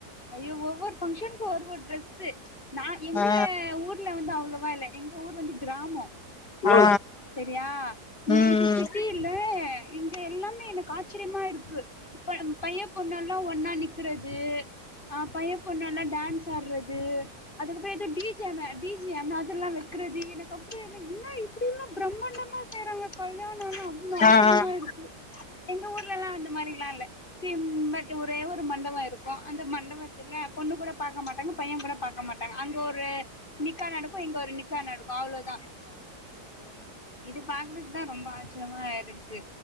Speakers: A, on the left (about 30°); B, on the left (about 75°).
A: ஐயோ ஒவ்வொரு பங்க்ஷனுக்கு ஒ ஒரு ஒரு டிரெஸ்ஸு நா எங்க
B: ஆ
A: ஊர்ல வந்து அவ்வளவா இல்ல எங்க ஊர் வந்து கிராம
B: ஆ
A: செரியா
B: ம்
A: இது சிட்டியில்லே இங்க எல்லாமே எனக்கு ஆச்சரியமா இருக்கு இப்ப நம்ம பைய பொண்ணு எல்லா ஒன்னா நிக்கறது ஆ பைய பொண்ணு எல்லா டான்ஸ் ஆடுறது அதுக்கப்புற எதோ டி ஜே வே டி ஜே அதெல்லா வெக் கிறது இது அப்புற என்ன இன்னா இப்படி எல்லா பிரம்மாண்டமா செய்யறாங்க கல்யாணனா அப்டின்னு ஆச்சரியமா
B: ஆ ம்
A: இருக்கு எங்க ஊர்லலா இந்த மாரிலா இல்ல சிம்ம ஒரே ஒரு மண்டப இரு க்கு அந்த மண்டபத்துல பொண்ணு கூட பாக்க மாட்டாங்க பைய கூட பாக்க மாட்டாங்க அங்க ஒரு நிக்கா நடக்கு இங்க ஒரு நிக்கா நடக்கு அவ்ளோதா இது பாக்கவே தா ரொம்ப ஆச்சரியமா இருக்கு